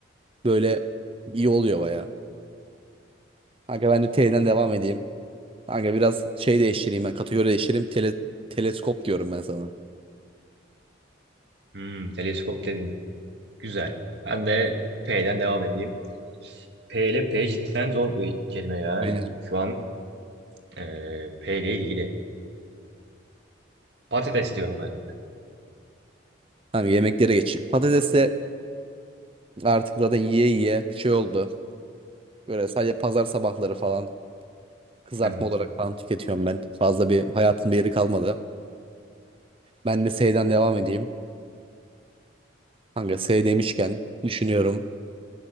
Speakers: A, on the right; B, on the right.
A: böyle iyi oluyor baya. Kanka ben de teyden devam edeyim. Kanka biraz şey değiştireyim ben kategori değiştireyim. Tele, teleskop diyorum ben sana.
B: Hmm, teleskop dedin. Güzel. Ben de P'den devam edeyim. P ile P cidden zor bir kelime ya.
A: Aynen.
B: Şu an e, P ile ilgili. Patates diyorum ben de.
A: Kanka yemeklere geçeyim. Patates de artık zaten yiye yiye şey oldu. Böyle sadece pazar sabahları falan kızartma
B: Evet.
A: olarak falan tüketiyorum ben. Fazla bir hayatın bir yeri kalmadı. Ben de seyden devam edeyim. Kanka S demişken düşünüyorum.